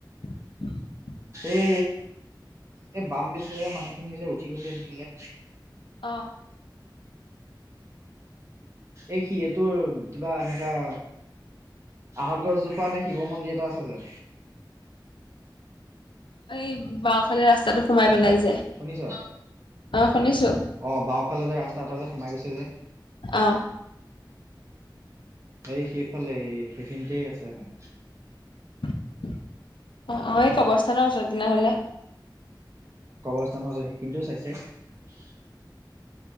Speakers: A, on the left; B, on the right.
A: <inaudible>
B: এই এই বাম বেচি মানুহখিনি যে উঠি গৈছে সেইখিনিলে।
A: অ',
B: এই সিহঁতৰ কিবা এনেকা আহঁত গছজোপা নে শিৱ মন্দিৰ এটা আছে যে?
A: এই বাওঁফালে ৰাস্তাটো সোমাই পেলাই যে
B: শুনিছো,
A: অ শুনিছো
B: অ', বাওঁফালে যে ৰাস্তা এটা যে সোমাই গৈছে যে
A: অ',
B: এই সেইফালে এই সেইখিনিতেই আছে এখন।
A: অ', অ', এই কবৰস্থানৰ ওচৰত তেনেহলে।
B: কবৰস্থানৰো ওচৰত সেইখিনিতো চাইছে।